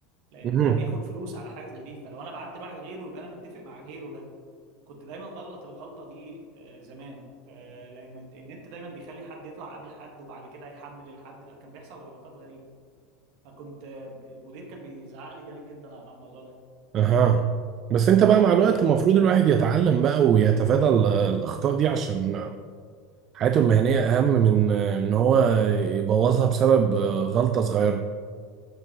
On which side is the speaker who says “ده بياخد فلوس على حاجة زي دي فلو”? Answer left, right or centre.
Right